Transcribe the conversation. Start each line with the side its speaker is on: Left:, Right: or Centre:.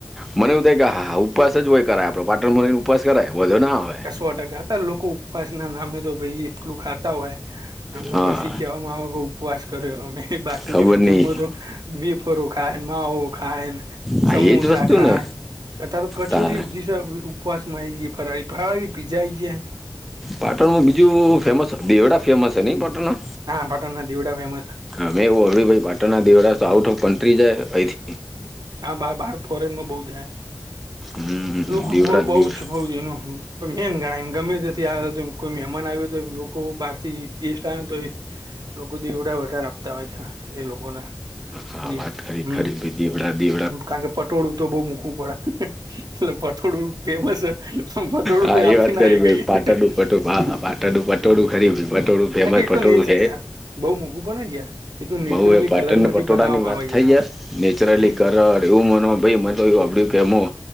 Centre: મને એવું થાય કે હા હા ઉપવાસ જ હોય. કરાય આપણે પાટણમાં રહીને ઉપવાસ કરાય વધો ના આવે
Right: કસો ટકા હતા લોકો ઉપવાસ ના નામે તો ભાઈ આટલું ખાતા હોય અને
Centre: હા
Right: પછી કેહેવામાં આવેઉ ઉપવાસ કર્યો અમે બાકી
Centre: ખબર
Right: ઓરિજનલમાં
Centre: નહીં
Right: તો વેફરો ખાય માવો ખાય
Centre: હા
Right: સમોસા
Centre: એ જ વસ્તુ
Right: ખાય
Centre: ને
Right: અથ તો કચોરી
Centre: તારે
Right: ઉપવાસ માં આઈ ગી ફરાળ ફરાડી પીજા આઈ ગાયા
Centre: પાટણમાં બીજું ફેમસ દેવડા ફેમસ છે નહીં પાટણ ના
Right: હા પાટના દીવડા ફેમસ
Centre: હા મે એવું હંભાળ્યું ભાઈ પાટણના દેવડા તો આઉટ ઓફ કન્ટ્રી જાય આઈ થી
Right: હા બાર બાર ફોરેનમાં બહું જાય
Centre: હમ
Right: લોકો
Centre: દેવડા
Right: બહુ બહુજ
Centre: દેવડા
Right: હો <unintelligible> મેન ગણાય ગમે ત્યા થી આ કોઈ મહેમાન આવ્યુ હોય તો કો બહાર થી ગેસ્ટ આવે ને તો એ લોકો દેવડા વધારે આપતા હોય છે એ લોકો <unintelligible>
Centre: હા વાત ખરી ખરી દેવડા દી
Right: કારણ કે પટોળું તો બહુ મુકું પડે એટલે પતોળું ફેમસ છે પણ પતોળું
Centre: હા
Right: કોઈ
Centre: એ
Right: આપી
Centre: વાત
Right: ના
Centre: કરી
Right: હકે
Centre: ભાઈ
Right: અઈયા
Centre: પાટણનું પટોળું હા હા, પાટણનું પટોળું ખરી ભાઈ પટોળું ફેમસ
Right: <unintelligible> કી એતો
Centre: પટોળું
Right: નીચ બહું મોઘું પડે ને યાર એ તો નેચરલી
Centre: બઉ એ પાટણ
Right: કલર
Centre: ના
Right: માંથી
Centre: પટોળા
Right: બનાવવામાં
Centre: ની વાત
Right: આવે
Centre: થઈ યાર નેચરલી
Right: હમ
Centre: કરડ એવું મન ભાઈ મ તોયું આપડ કેમઓ